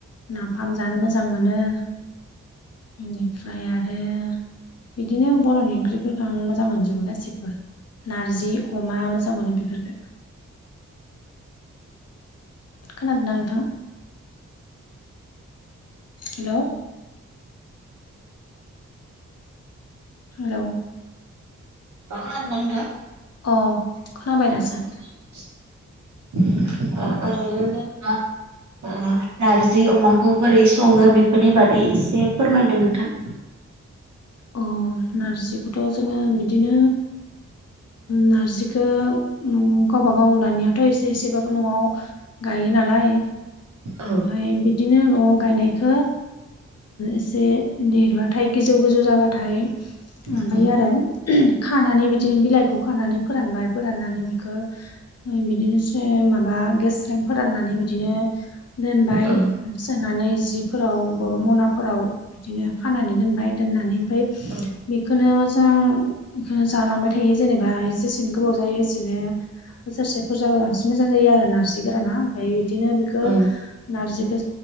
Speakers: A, on the left (about 55°); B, on the right (about 75°).
A: नाफाम जानो मोजां मोनो। बेनिफ्राय आरो बिदिनो बर'नि ओंख्रिफोरखौ आं मोजां मोनजोबो गासिखौबो। नारजि अमा मोजां मोनो बेफोरखो खोनादों ना नोंथां? हेल'? हेल'?
B: मा खालामदों दा नोंथां?
A: अ खोनाबाय दासो।
B: आं ज <unintelligible> नारजि अमाखौ बोरै संङो बेफोरनि बागै एसे फोरमायदो नोंथां।
A: अ नारजिखौथ' जोंङो बिदिनो नारजिखौ न'आव गावबागाव दानिया से एसेबाबो न'आव गायो नालाय
B: औ
A: ओमफ्राय बिदिनो न'आव गायनायखौ एसे देरबाथाय गोजौ गोजौ जाबाथाय ओमफाय
B: औ
A: आरो खानानै बिदिनो बिलाइखौ खानानै फोरानबाय फोराननानै बिखौ बिदिनो से माबा गेस्रेम फोराननानै बिदिनो दोनबाय
B: औ
A: सोनानै जिफोराव बबावबा मनाफोराव बिदिनो खानानै दोनबाय दोननानै ओमफ्राय
B: औ
A: बेखौनो मोजां बेखौ जालांबाय था थायो जेनेबा एसे एसेनो गोबाव जायो एसेनो बोसोरसे बुरजाबा बांसिन मोजां जायो आरो नारजि गोराना ओमफ्राय बिदिनो बेखौ
B: औ
A: नारजिखौ